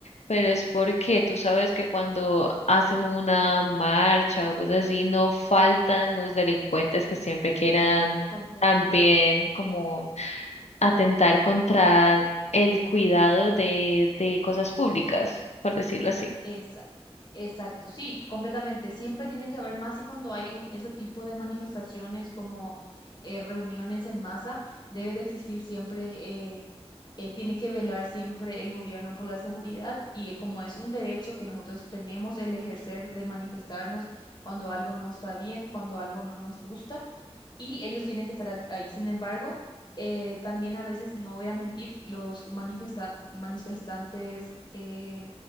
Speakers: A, on the left; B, on the left.
A: pero es porque tú sabes que cuando hacen una marcha o cosas así, no faltan los delincuentes que siempre quieran
B: Completamente.
A: también como atentar contra el cuidado de, de cosas públicas, por decirlo así.
B: Exacto. Exacto, sí, completamente. Siempre tiene que haber más y cuando hay un, ese tipo de manifestaciones como eh, reuniones en masa, debe de existir siempre, eh, eh, tiene que velar siempre el gobierno por la seguridad y eh, como es un derecho que nosotros tenemos el ejercer de manifestarnos cuando algo no está bien, cuando algo no nos gusta y ellos tienen que estar ac- ahí. Sin embargo, eh, también a veces, no voy a mentir, los que manifesta- manifestantes eh,